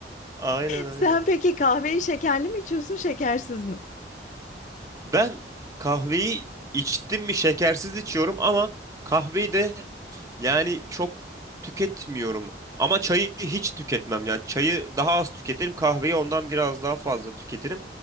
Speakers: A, on the right; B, on the left.
A: Aynen öyle.
B: Sen peki kahveyi şekerli mi içiyorsun, şekersiz mi?
A: Ben kahveyi içtim mi şekersiz içiyorum ama kahveyi de yani çok tüketmiyorum. Ama çayı hiç tüketmem. Yani çayı daha az tüketirim. Kahveyi ondan biraz daha fazla tüketirim.